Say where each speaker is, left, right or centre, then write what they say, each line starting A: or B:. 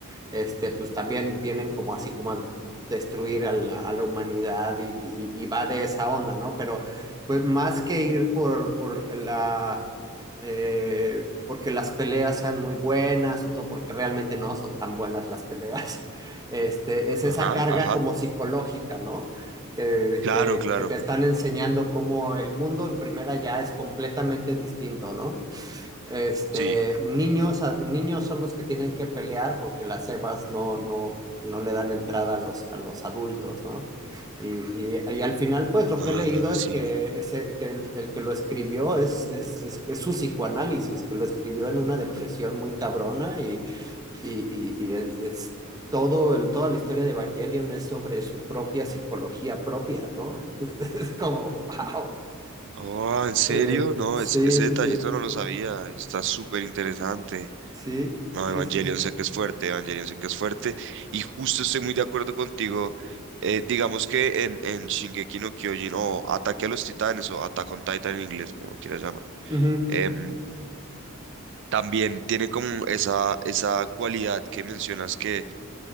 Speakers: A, on the right; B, on the right.
A: este, pues también vienen como así como a destruir a la, a la humanidad y, y- y va de esa onda, ¿no? Pero pues más que ir por, por la eh, porque las peleas sean muy buenas o todo, porque realmente no son tan buenas las peleas. <laughs> Este, es
B: ajá,
A: esa carga
B: ajá.
A: como psicológica, ¿no? Que,
B: Claro,
A: que,
B: claro.
A: que te están enseñando cómo el mundo en primera ya es completamente distinto, ¿no? Este,
B: Sí.
A: niños, a- niños son los que tienen que pelear porque las cebas no, no, no le dan entrada a los, a los adultos, ¿no? Y, y, y, al final, pues lo
B: Ah,
A: que he leído es
B: sí.
A: que, ese, que el, el, que lo escribió es, es, es, es, su psicoanálisis, que lo escribió en una depresión muy cabrona y, y y y es, es todo el, toda la historia de Evangelion es sobre su propia psicología propia, ¿no? <laughs> Es, como, wow.
B: Oh, ¿en
A: Sí,
B: serio? No,
A: sí,
B: es- ese
A: sí,
B: detallito
A: sí,
B: no lo sabía. Está súper interesante.
A: sí,
B: No,
A: sí,
B: Evangelion
A: sí.
B: sé que es fuerte, Evangelion sé que es fuerte. Y justo estoy muy de acuerdo contigo. Eh, digamos que en, en Shingeki no Kyojin o Ataque a los Titanes o Attack on Titan en inglés, como lo quieras llamar.
A: Uh -huh.
B: em, también tiene como esa, esa cualidad que mencionas que